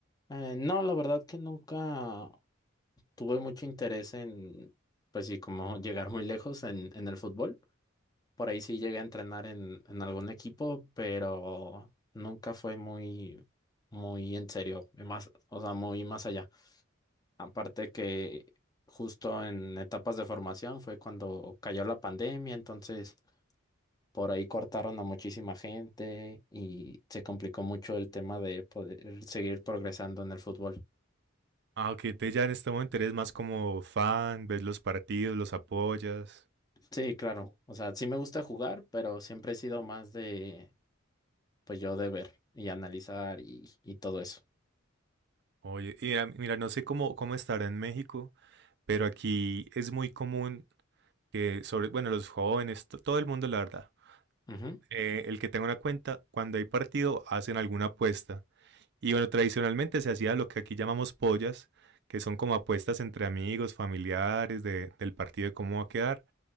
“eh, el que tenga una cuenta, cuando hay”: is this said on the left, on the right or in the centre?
Right